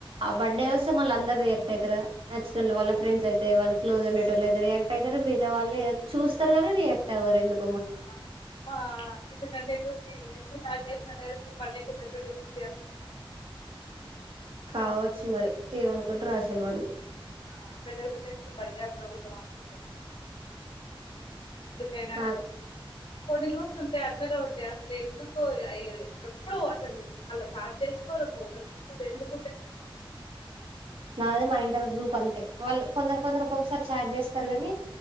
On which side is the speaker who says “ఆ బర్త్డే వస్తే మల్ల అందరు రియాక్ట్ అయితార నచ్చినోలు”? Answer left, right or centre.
Right